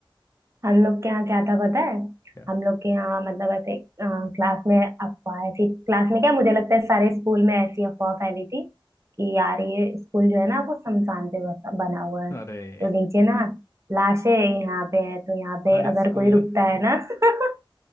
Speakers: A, on the right; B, on the left.
A: हम लोग के यहाँ क्या था पता है
B: क्या
A: हम लोग के यहाँ मतलब ऐसे क्लास में अफवाह ऐसी क्लास में क्या मुझे लगता है सारे स्कूल में ऐसी अफवाह फैली थी कि यार ये स्कूल जो है ना वो शमशान पे बसा बना हुआ है
B: अरे
A: तो नीचे ना लाशें यहाँ पे है तो यहाँ पे
B: हर
A: अगर
B: स्कूल
A: कोई रुकता है ना <laughs>